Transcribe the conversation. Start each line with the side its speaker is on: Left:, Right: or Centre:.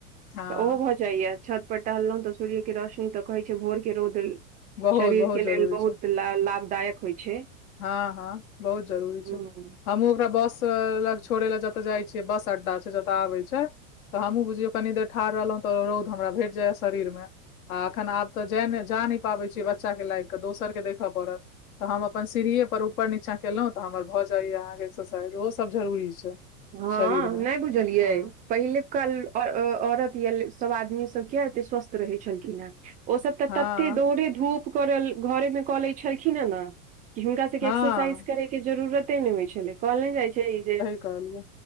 Left: हँ
Right: तऽ ओहो भऽ जाइया छत प टहलहुँं तऽ सूर्य के रोशनी तऽ कहै छै भोर के रौद
Left: बहुत
Right: शरीरके
Left: बहुत जरूरी
Right: लेल बहुत
Left: छै
Right: ल लाभदायक होइ छै
Left: हँ हँ बहुत जरूरी छै
Right: हूँ
Left: हमूँ ओकरा बस लग छोड़ै ले जतऽ जाइ छियै बस अड्डा छै जतऽ आबे छै तऽ हमहूँ बुझियौ कनी देर ठाढ़ रहलहुँ तऽ रौद हमरा भेट जायए शरीरमे आ अखन आब तऽ जा नहि पाबै छीयै बच्चा के लायक केऽ दोसर के देखय पड़त तऽ हम अपन सीढ़ीए पर ऊपर नीचा केलहुंऽ हमर भए जाइया अहाँके एक्सरसाइज ओहो सब जरुररी छै
Right: हँ
Left: शरीर मे
Right: नहि बुझलियै
Left: हँ
Right: पहिलकाल औरत या सभ आदमी सब किया एते स्वस्थ रहे छलखिन हेँ ओसभ तऽ
Left: हँ
Right: ततै दौड़े धूप कर घरेमे कऽ लैत छलखिन हेँ ने कि हुनका सभके
Left: हँ
Right: एक्सरसाइज करैके जरूरते नहि होइत छलै कहल नहि जाइत छै ई जे
Left: करलिए